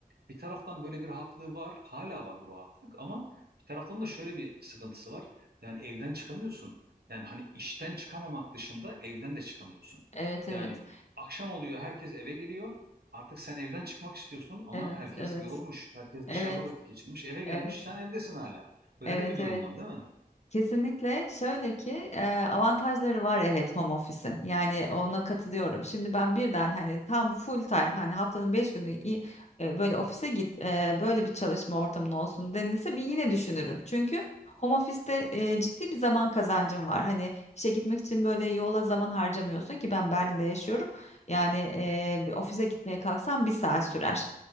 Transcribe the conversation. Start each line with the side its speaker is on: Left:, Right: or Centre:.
Right: bir taraftan böyle bir rahatlığı var. Hala var bu rahatlık ama bir taraftan da şöyle bir sıkıntısı var. Yani evden çıkamıyorsun. Yani hani işten çıkamamak dışında evden de çıkamıyorsun.
Left: Evet evet.
Right: Yani akşam oluyor herkes eve geliyor. Artık sen evden çıkmak istiyorsun ama
Left: Evet
Right: herkes
Left: evet.
Right: yorulmuş. Herkes dışarıda
Left: Evet
Right: vakit geçirmiş. Eve gelmiş
Left: evet. Evet.
Right: sen evdesin hala. Böyle
Left: Evet
Right: de bir durum
Left: evet.
Right: var değil mi?
Left: Kesinlikle şöyle ki e, avantajları var evet home office'in. Yani ona katılıyorum. Şimdi ben birden hani tam full time hani haftanın 5 günü i- e, böyle ofise git e, böyle bir çalışma ortamın olsun denilse bir yine düşünürüm. Çünkü home office'te e, ciddi bir zaman kazancım var. Hani işe gitmek için böyle yola zaman harcamıyorsun ki ben Berlin'de yaşıyorum. Yani e, bir ofise gitmeye kalksam bir saat sürer.